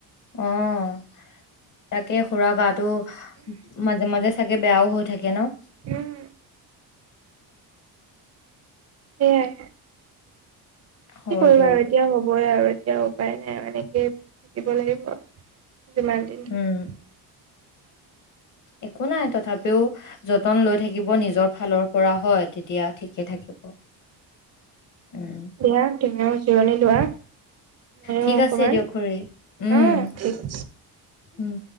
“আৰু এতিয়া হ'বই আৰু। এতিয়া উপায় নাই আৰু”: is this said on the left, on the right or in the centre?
Right